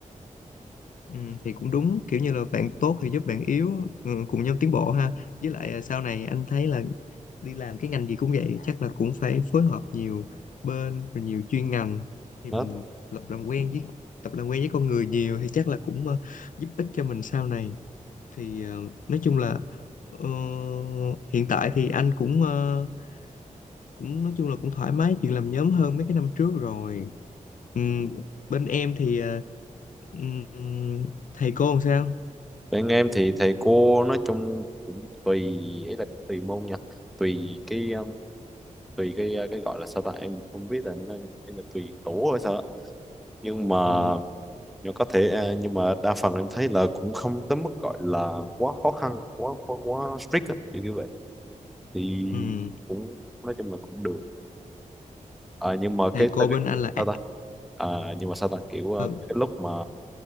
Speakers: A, on the left (about 80°); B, in the centre.
A: Ừ, thì cũng đúng kiểu như là bạn tốt thì giúp bạn yếu ừ, cùng nhau tiến bộ ha với lại à, sau này anh thấy là đi làm cái ngành gì cũng vậy chắc là cũng phải phối hợp nhiều bên rồi nhiều chuyên ngành thì
B: đó
A: mình lập làm quen với tập làm quen với con người nhiều thì chắc là cũng ờ, giúp ích cho mình sau này thì ờ, nói chung là ờ, hiện tại thì anh cũng ờ, cũng nói chung là cũng thoải mái chuyện làm nhóm hơn mấy cái năm trước rồi Ừm, bên em thì ờ, ừm, thầy cô làm sao
B: Bên em thì thầy cô nói chung cũng tùy ấy là cũng tùy môn nha tùy cái um, tùy cái uh, cái gọi là sao ta em không biết là như thế nào, nhưng mà cái là tùy tổ hay sao đó nhưng mà
A: Ừ,
B: nhưng có thể à, nhưng mà đa phần em thấy là cũng không tới mức gọi là quá khó khăn quá quá, quá strict á kiểu như vậy thì
A: ừ.
B: cũng nói chung là cũng được à, nhưng mà
A: Thầy
B: cái
A: cô
B: cái-
A: bên anh là
B: sao
A: à,
B: ta à, nhưng mà sao ta kiểu
A: ừ,
B: uh, cái lúc mà